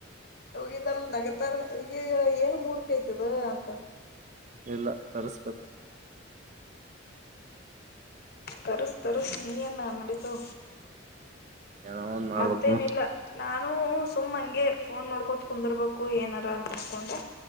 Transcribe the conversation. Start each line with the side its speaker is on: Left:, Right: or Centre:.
Left: ಹೋಗಿದಲ್ ನಗತ್ತಾರ ಈ ಏನ್ ಮೂರ್ಕಐ್ತದ ಅಂತ
Right: ಇಲ್ಲ ತರಿಸಬೇಕು
Left: ತರಸ ತರಸ ನೀ ಏನ ನಡೀತದ
Right: ಏನೋ ಒಂದ್ ಮಾಡ್ಬೇಕಮ್ಮ
Left: ಮತ್ತೇನಿಲ್ಲ ನಾನು ಸುಮ್ಮ್ ಹಂಗೆ ಫೋನ್ ನೋಡ್ ಕೂತ್ ಕುಂದಿರ್ಬೇಕು ಏನಾರ ಅಂತ ಅನ್ಕೊಂಡ